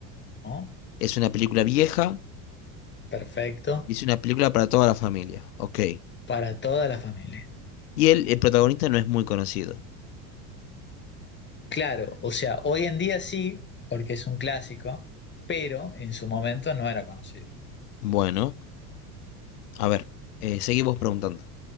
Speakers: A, on the left; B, on the left.
A: ¿no?
B: Es una película vieja
A: Perfecto.
B: y es una película para toda la familia. Ok.
A: Para toda la familia.
B: Y el, el protagonista no es muy conocido.
A: Claro, o sea, hoy en día sí, porque es un clásico, pero en su momento no era conocido.
B: Bueno, a ver, eh, seguimos preguntando.